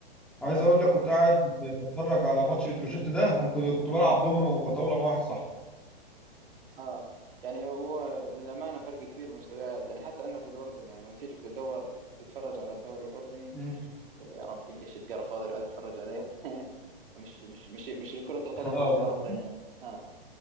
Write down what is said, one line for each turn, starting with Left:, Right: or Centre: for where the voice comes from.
Centre: عايز
Right: اه
Centre: اقول
Right: صحيح
Centre: لك كنت قاعد بتفرج على ماتش بتروجيت ده وكنت كنت بلعب دومينو وطاولة مع واحد صاحبي
Right: اه يعني هو للامانه فرق كبير بالمستويات يعني حتى انا في الاردن يعني لما بتيجي بتدور تتفرج على الدوري الاردني
Centre: مم.
Right: تقول يا ربي ايش القرف هذا اللي قاعد اتفرج عليه <laughs> مش مش مش مش كره القدم
Centre: <laughs> اه
Right: اللي بنعرفها
Centre: والله
Right: يعني اه